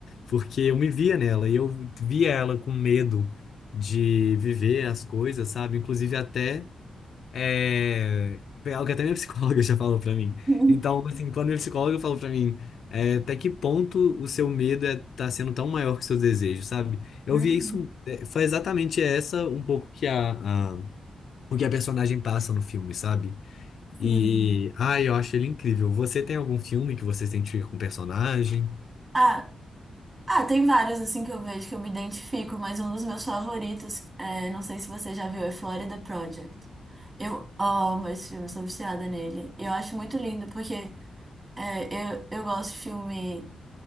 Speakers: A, on the left (about 65°); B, on the right (about 25°).
A: porque eu me via nela e eu via ela com medo de viver as coisas, sabe? Inclusive até. É, foi algo que até minha psicóloga <laughs> já falou pra mim.
B: <laughs>
A: Então, assim, quando minha psicóloga falou pra mim, é, até que ponto o seu medo é, tá sendo tão maior que o seu desejo, sabe? Eu
B: Uhum.
A: via isso, é, foi exatamente essa um pouco que a, a- o que a personagem passa no filme, sabe?
B: Sim.
A: E, ai, eu acho ele incrível. Você tem algum filme que você se identifica com o personagem?
B: Ah, Ah, tem vários assim que eu vejo que eu me identifico, mas um dos meus favoritos, é, não sei se você já viu, é Florida Project. Eu amo esse filme, sou viciada nele. Eu acho muito lindo porque é, eu, eu gosto de filme